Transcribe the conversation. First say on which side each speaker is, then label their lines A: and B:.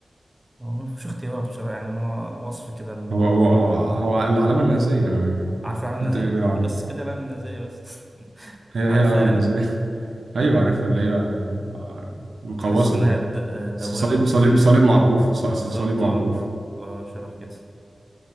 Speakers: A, on the right; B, on the right.
A: هو مفيش اختيارات بصراحة يعني هو وصف كده ال...
B: هو هو هو هو العلامة النازية انا
A: عارف العلامة النازية
B: حط ايه غير العلامة
A: بس كده العلامة النازية بس <laughs>
B: هي هي
A: عارفها
B: العلامة
A: يعني
B: النازية <laughs> ايوه عارفها اللي هي آه، المقوسة
A: تحس انها
B: دي
A: د- آه، دوامة
B: صليب
A: كده
B: صليب
A: شوية
B: صليب معكوف ص- ص-
A: بالظبط
B: صليب معكوف
A: اه اه شبه كده